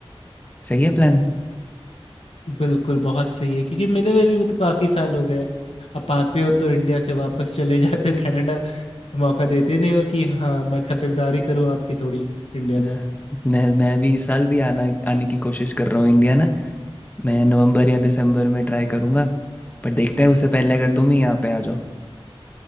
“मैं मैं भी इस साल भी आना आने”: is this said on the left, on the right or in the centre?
Left